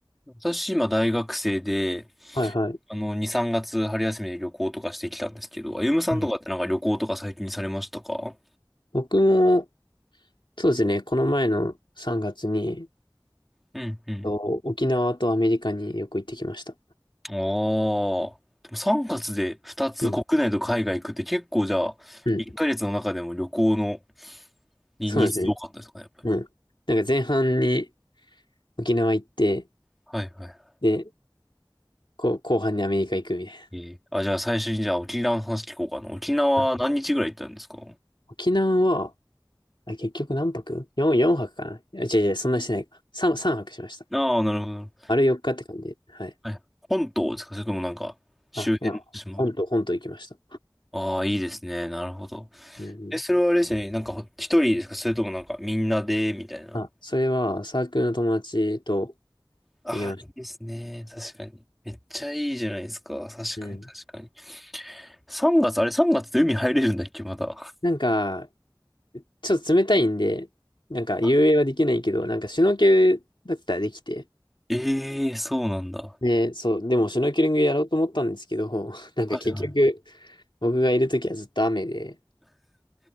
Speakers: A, in the centre; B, on the left (about 75°).
A: 私、今、大学生で、
B: はいはい。
A: あの、2、3月春休みで旅行とかしてきたんですけど、あゆむさんとかってなんか旅行とか最近されましたか
B: うん僕も、そうですね、この前の3月に、えっ
A: うんうん。
B: と沖縄とアメリカによく行ってきました。
A: ああ。でも3月で2つ国内と海外行くって結構じゃあ、
B: うん。うん。
A: 1ヶ月の中でも旅行のに日数多かったですかね、
B: そうですね。
A: やっぱり。
B: うん。なんか前半に沖縄行って、
A: はいはい。
B: で、こう、後半にアメリカ行くみたい
A: えーあ、じゃあ最初にじゃあ沖縄の話聞こうかな。沖縄何日ぐらい行ったんですか
B: な。はい沖縄は、あ結局何泊 ?4、4泊かなあ違う違う、そんなしてないか。3、三泊しました。
A: ああ、なるほど。
B: 丸4日って感じで。はい。
A: はい。本島ですかそれともなんか、周辺の島。
B: あ、ほら、本島、本島行きました。
A: ああ、いいですね。なるほど。
B: うん。
A: え、それはあれですね。なんかほ、一人ですかそれともなんか、みんなで、みたいな。
B: あ、それはサークルの友達と
A: ああ、
B: 行きました。
A: いいですね。確かに。めっちゃいいじゃないですか。確かに、
B: うん。
A: 確かに。3月、あれ3月で海入れるんだっけ、まだ。
B: なんか、ちょっと冷たいんで、なんか遊泳はできないけど、
A: あ、
B: なんかシュノーケルだったらできて、
A: ええーそうなんだ。
B: で、そう、でもシュノーケリングやろうと思ったんですけど、<laughs> なんか結局、
A: はいは
B: 僕がいるときはずっと雨で、